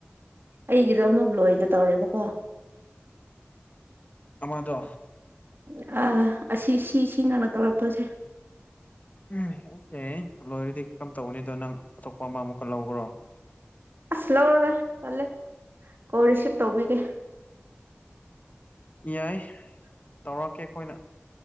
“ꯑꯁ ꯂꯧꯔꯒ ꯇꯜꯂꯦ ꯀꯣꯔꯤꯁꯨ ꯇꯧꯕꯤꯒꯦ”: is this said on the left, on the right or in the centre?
Right